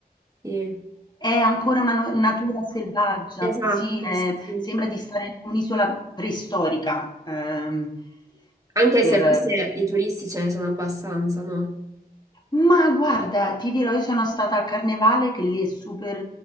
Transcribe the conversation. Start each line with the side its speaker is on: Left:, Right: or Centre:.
Right: Sì.
Left: È ancora una no- natura selvaggia,
Right: Esatto,
Left: sì, è-
Right: sì. sì.
Left: sembra di stare in un'isola preistorica, ehm,
Right: Anche
Left: per,
Right: se forse i turisti ce ne sono abbastanza, no?
Left: Ma guarda, ti dirò, io sono stata al carnevale che lì è super,